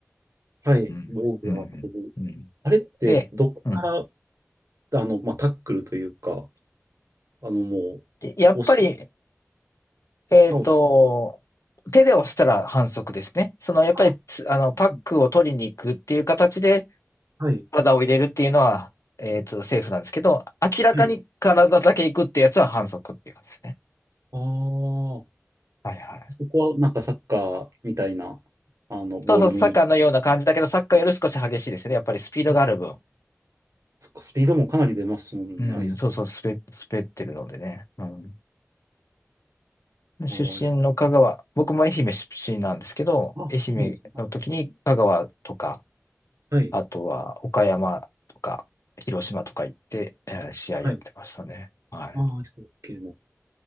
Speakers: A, on the right; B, on the left.
A: はい。
B: うん、
A: 防具は当てる。
B: うん、うん。
A: あれってどこから、
B: で、うん。
A: あの、まあ、タックルというか、あの、も
B: やっぱり、
A: う、押し
B: えっと、
A: 倒す。
B: 手で押したら反則ですね。その、やっぱりつ、
A: あ、
B: あの、パックを取りに行くっていう形で
A: うんはい。
B: 体を入れるっていうのは、えっと、セーフなんですけど、明らかに体だけ行くってやつは反則っていうやつですね。
A: はいああ、
B: はいはい。
A: そこはなんかサッカーみたいな、あの、ボールに、
B: そうそう、サッカーのような感じだけど、サッカーより少し激しいですね。やっぱりスピードがある分。
A: あ、そっか、スピードもかなり出ますもんね、
B: うん、
A: アイス。
B: そうそう、滑、滑ってるのでね。うん。出身の香川、
A: あー、アイス。
B: 僕も愛媛出身なんですけど、
A: あ、
B: 愛媛の時に香川とか、
A: そうなんですね。はい。
B: あとは岡山とか、広島とか行って、えー試合やってましたね。
A: はい。
B: はい。
A: ああー、アイスホッケーの、